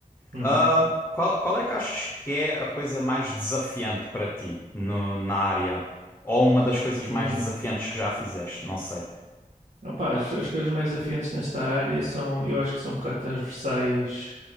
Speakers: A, on the right; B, on the left.
A: Uhum.
B: Ah, qual, qual é que achas que é a coisa mais desafiante para ti no- na área? Ou uma das coisas
A: Hum.
B: mais desafiantes que já fizeste? Não sei.
A: Opa, as, as coisas mais desafiantes nesta área são, eu acho que são um bocado transversais